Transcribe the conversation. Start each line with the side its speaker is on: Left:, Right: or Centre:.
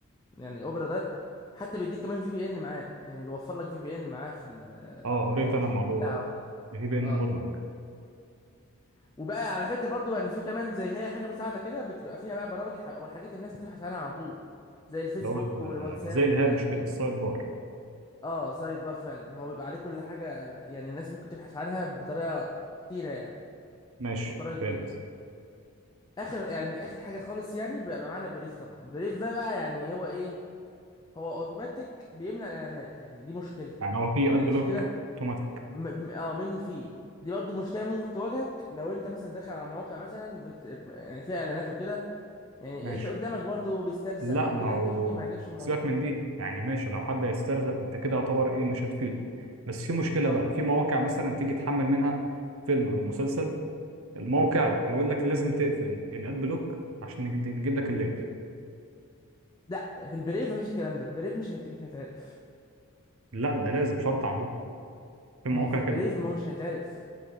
Left: يعني اوبرا ده حتى بيديك كمان في بي ان معاه يعني بيوفر لك في بي ان معاه في ال-
Right: اه قريت
Left: في الكيت
Right: انا الموضوع
Left: كلها
Right: ده
Left: على بعضها
Right: الفي بي ان
Left: اه
Right: مدمج
Left: وبقى على فكره برضو يعني في كمان زي هي حاجه مساعده كده بتبقى فيها بقى برامج ح- او الحاجات الناس بتبحث عنها على طول زي الفيسبوك
Right: اللي هو ال-
Left: والواتساب
Right: آه، زي الهامش
Left: والكلام
Right: كده
Left: ده
Right: السايد بار
Left: اه سايد بار فعلا هو بيبقى عليه كل حاجه يعني الناس ممكن تبحث عنها بطريقه كتيره يعني
Right: ماشي
Left: او طريقه كبيره
Right: فهمت
Left: اخر يعني اخر حاجه خالص يعني بيبقى معانا بريف طبعا بريف ده بقى يعني هو ايه هو اوتوماتيك بيمنع الاعلانات يعني دي مشكلته
Right: يعني هو في
Left: يعني
Right: اد بلوك
Left: عشان كده
Right: اوتوماتيك
Left: م... م- اه منه فيه دي برضو مشكله ممكن تواجهك لو انت مثلا داخل على مواقع مثلا بت... يعني فيها اعلانات وكده يعني
Right: ماشي
Left: اللي قدامك برضو بيسترزق
Right: لا
Left: او
Right: ما
Left: كده
Right: هو
Left: انت ممكن ما يعجبش الموضوع
Right: سيبك من دي يعني ماشي لو حد هيسترزق انت كده يعتبر ايه مش هتفيده بس في مشكلة
Left: صح
Right: بقى في مواقع مثلا تيجي تحمل منها فيلم او مسلسل الموقع يقول لك لازم تقفل الاد بلوك عشان نجد- نجيب لك اللينك
Left: لا في البريف مفيش الكلام ده البريف مش هيت... مش هيتعرف
Right: لا ده لازم شرط عنده في مواقع
Left: ما هو في البريف
Right: كده
Left: ما هوش هيتعرف